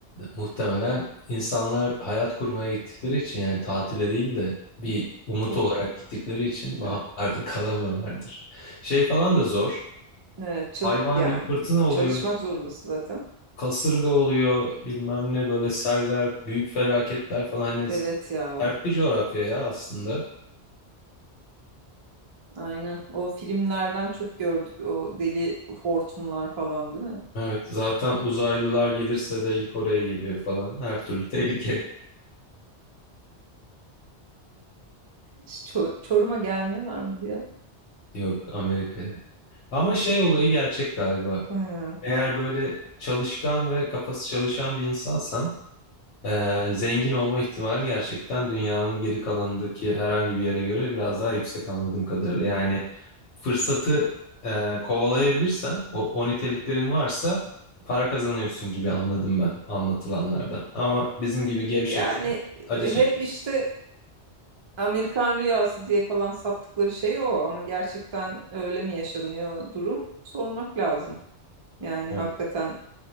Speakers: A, on the left; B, on the right.
A: muhtemelen insanlar hayat kurmaya gittikleri için yani tatile değil de bir umut
B: Tabii
A: olarak
B: canım.
A: gittikleri için vahamlarda
B: Evet.
A: <laughs> kalamıyorlardır. Şey falan da zor.
B: Evet, çal-
A: Hayvan
B: yani
A: gibi fırtına oluyor,
B: çalışmak zorundasın zaten.
A: kasırga oluyor, bilmem ne böyle seller, büyük felaketler falan hani
B: Evet ya.
A: sert bir coğrafya ya aslında.
B: Aynen. O filmlerden çok gördük o deli hortumlar falan değil mi?
A: Evet zaten uzaylılar gelirse de ilk oraya geliyor falan. Her türlü tehlike
B: Ço- Çorum'a gelmiyorlar mı diye.
A: yok Amerika'ya. Ama şey olayı gerçek galiba.
B: Hı.
A: Eğer böyle çalışkan ve kafası çalışan bir insansan, eee, zengin olma ihtimalin gerçekten dünyanın geri kalanındaki herhangi bir yere göre biraz daha yüksek anladığım kadarıyla. Yani fırsatı eee, kovalayabilirsen, o, o niteliklerin varsa para kazanıyorsun gibi anladım ben anlatılanlardan. Ama bizim gibi gevşek,
B: Yani
A: acı
B: e,
A: çekersin.
B: hep işte Amerikan rüyası diye falan sattıkları şey o ama gerçekten öyle mi yaşanıyor durum sormak lazım. Yani
A: Evet,
B: hakikaten